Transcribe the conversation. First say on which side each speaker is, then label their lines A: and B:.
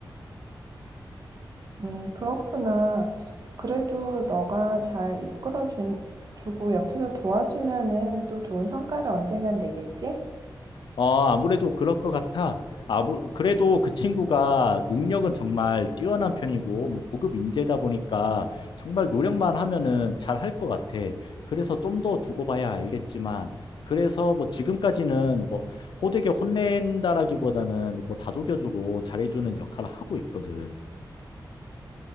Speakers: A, on the right (about 55°); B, on the left (about 70°).
A: 음, 그렇구나. 그래도 너가 잘 이끌어 주, 주고 옆에서 도와주면은 또 좋은 성과를 언젠간 내겠지?
B: 어, 아무래도 그럴 것 같아. 아무, 그래도 그 친구가 능력은 정말 뛰어난 편이고, 뭐 고급 인재다 보니까 정말 노력만 하면은 잘 할 것 같아. 그래서 좀 더 두고 봐야 알겠지만, 그래서 뭐 지금까지는 뭐 호되게 혼낸다라기보다는 뭐 다독여주고 잘해주는 역할을 하고 있거든.